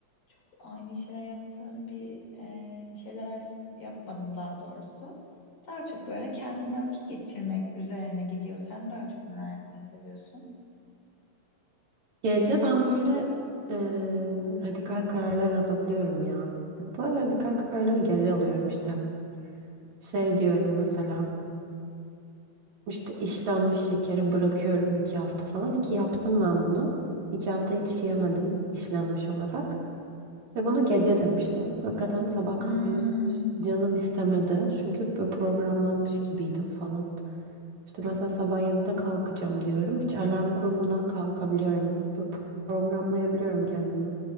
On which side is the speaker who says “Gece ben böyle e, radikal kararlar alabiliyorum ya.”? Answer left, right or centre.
Right